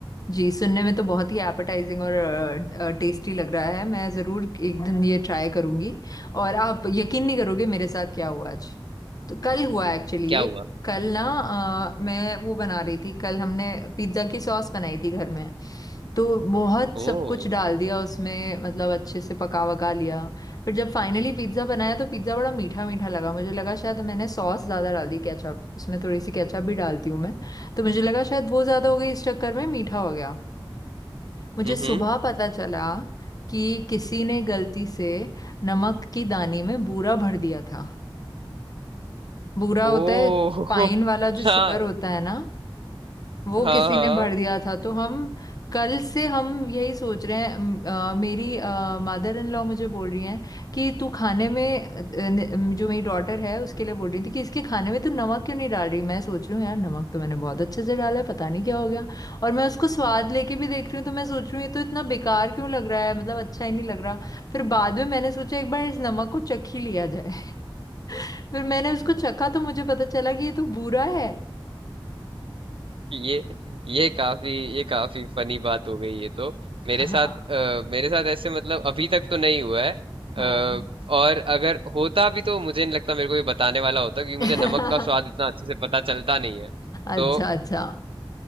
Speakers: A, on the left; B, on the right.
A: जी सुनने में तो बहुत ही एपेटाइजिंग और टेस्टी लग रहा है मैं ज़रूर एक दिन ये ट्राई करूंगी और आप यकीन नहीं करोगे मेरे साथ क्या हुआ आज तो कल हुआ एक्चुअली
B: क्या
A: ये
B: हुआ
A: कल ना अ, मैं वो बना रही थी कल हमने पिज्ज़ा की सॉस बनाई थी घर में तो बहुत
B: ओ
A: सब कुछ डाल दिया उसमें मतलब अच्छे से पका वका लिया फिर जब फाइनली पिज्ज़ा बनाया तो पिज्ज़ा बड़ा मीठा मीठा लगा मुझे लगा शायद मैंने सॉस ज़्यादा डाल दी केचप उसमें थोड़ी सी केचप भी डालती हूँ मैं तो मुझे लगा शायद वो ज्यादा हो गई इस चक्कर में मीठा हो गया मुझे
B: हम्म
A: सुबह पता चला कि किसी ने गलती से नमक की दानी में बूरा भर दिया था बूरा होता
B: ओ
A: है
B: <laughs>
A: फाइन वाला जो
B: हाँ
A: शुगर होता है ना वो
B: हाँ
A: किसी
B: हाँ
A: ने भर दिया था तो हम कल से हम यही सोच रहे हैं अम, अ, मेरी मदर इन लॉ मुझे बोल रही हैं कि तू खाने में अ, न- जो मेरी डॉटर है उसके लिए बोल रही थी कि इसके खाने में तू नमक क्यों नहीं डाल रही मैं सोच रही हूँ यार नमक तो मैंने बहुत अच्छे से डाला है पता नहीं क्या हो गया और मैं उसको स्वाद लेके भी देख रही हूँ तो मैं सोच रही हूँ ये तो इतना बेकार क्यों लग रहा है मतलब अच्छा ही नहीं लग रहा फिर बाद में मैंने सोचा एक बार इस नमक को चख ही लिया जाए <laughs> फिर मैंने उसको चखा तो मुझे पता चला कि ये तो बुरा है
B: ये ये काफी ये काफी फनी बात हो गई ये तो मेरे
A: हाँ
B: साथ अ, मेरे साथ ऐसे मतलब अभी तक तो नहीं हुआ है अ,
A: हाँ
B: और अगर होता भी तो मुझे नहीं लगता मेरे को ये बताने वाला होता क्योंकि
A: <laughs>
B: मुझे नमक का स्वाद इतना अच्छे से पता चलता नहीं है
A: अच्छा
B: तो
A: अच्छा